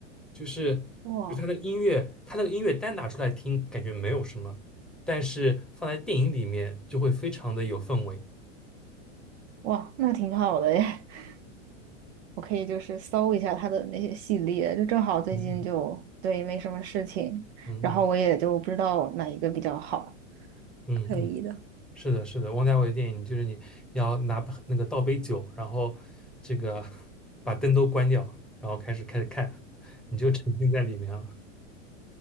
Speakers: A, in the centre; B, on the right.
A: 就是就是他的音乐，
B: 哇，
A: 他那个音乐单拿出来听感觉没有什么，但是放在电影里面就会非常的有氛围。
B: 哇，那挺好的耶！<laughs> 我可以就是搜一下他的那些系列，就正好最近就对没什么事情，
A: 嗯嗯嗯
B: 然后我也就不知道哪一个比较好。
A: 嗯嗯嗯嗯。
B: 可以的。
A: 是的，是的，王家卫电影就是你要拿那个倒杯酒，然后这个把灯都关掉，然后开始开始看，你就沉浸在里面了。